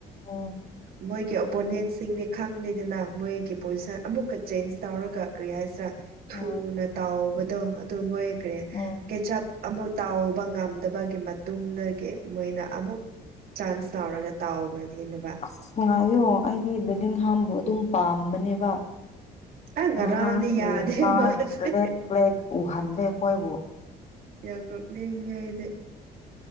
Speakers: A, on the left; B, on the right.
A: ꯎꯝ
B: ꯃꯣꯏꯒꯤ ꯑꯣꯄꯣꯅꯦꯟꯁꯤꯡꯗꯤ ꯈꯪꯗꯦꯗꯅ ꯃꯣꯏꯒꯤ ꯄꯣꯖꯤꯁꯟ ꯑꯃꯨꯛꯀ ꯆꯦꯟꯖ ꯇꯧꯔꯒ ꯀꯔꯤ ꯍꯥꯏꯁꯤꯔꯥ ꯊꯨꯅ
A: ꯎꯝ
B: ꯇꯥꯎꯕꯗꯣ ꯑꯗꯨ ꯃꯣꯏ ꯀꯔꯤ
A: ꯎꯝ
B: ꯀꯦꯆꯞ ꯑꯃꯨꯛ ꯇꯥꯎꯕ ꯉꯝꯗꯕꯒꯤ ꯃꯇꯨꯡꯗꯒꯤ ꯃꯣꯏꯅ ꯑꯃꯨꯛ ꯆꯥꯟꯁ ꯇꯧꯔꯒ ꯇꯥꯎꯕꯅꯦꯕ
A: ꯑꯁ ꯉꯥꯏꯌꯣ ꯑꯩꯗꯤ ꯕꯤꯂꯤꯟꯒꯥꯝ ꯕꯨ ꯑꯗꯨꯝ ꯄꯥꯝꯕꯅꯦꯕ
B: ꯑ ꯉꯔꯥꯡꯗꯤ
A: ꯉꯔꯥꯡꯒꯤ
B: ꯌꯥꯗꯦ
A: ꯃꯥ
B: ꯃꯥꯁꯦ
A: ꯔꯦꯠ ꯐ꯭ꯂꯦꯛ ꯎꯍꯜꯂꯦ ꯑꯩꯈꯣꯏꯕꯨ
B: ꯌꯥꯝ ꯅ‌ꯣꯛꯅꯤꯡꯉ‌ꯦ ꯑꯩꯗꯤ